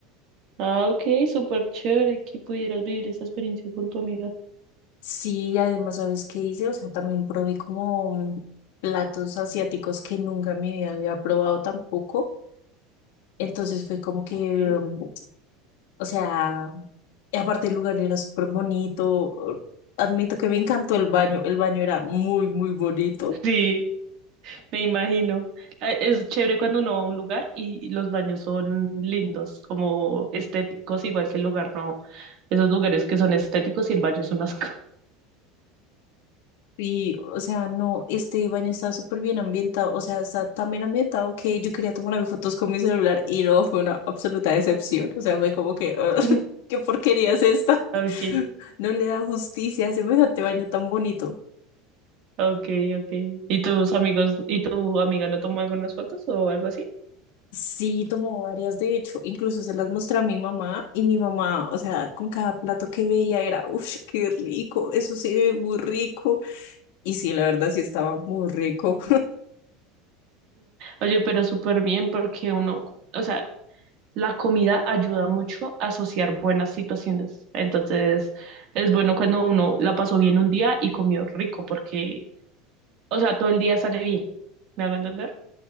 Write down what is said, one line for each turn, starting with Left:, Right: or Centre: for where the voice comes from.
Right: Ah, ok, súper chévere que pudieras vivir esa experiencia con tu amiga.
Left: Sí, además, ¿sabes qué hice? O sea, también probé como platos asiáticos que nunca en mi vida había probado tampoco, entonces fue como que,
Right: Okay.
Left: um, o sea, y aparte el lugar era súper bonito, admito que me encantó el baño, el baño era muy, muy bonito.
Right: Sí, me imagino. Ah, Es chévere cuando uno va a un lugar y los baños son lindos, como estéticos, igual que el lugar, no. Esos lugares que son estéticos y el baño es un asco.
Left: Y, o sea, no, este baño estaba súper bien ambientado, o sea, está tan bien ambientado que yo quería tomarme fotos con mi celular y no, fue una absoluta decepción. O sea, fue como que, "Ah, <laughs>
Right: <laughs>
Left: ¿qué porquería es esta?
Right: Okay,
Left: <laughs> No le da justicia a semejante baño tan bonito.
Right: okay, okay. ¿Y tus amigos y tu amiga no tomó algunas fotos o algo así?
Left: Sí, tomó varias, de hecho, incluso se las mostré a mi mamá y mi mamá, o sea, con cada plato que veía era, uff, qué rico, eso se ve muy rico. Y sí, la verdad sí estaba muy rico.
Right: Oye, pero súper bien porque uno, o sea, la comida ayuda mucho a asociar buenas situaciones. Entonces, es bueno cuando uno la pasó bien un día y comió rico, porque, o sea, todo el día sale bien. ¿Me hago entender?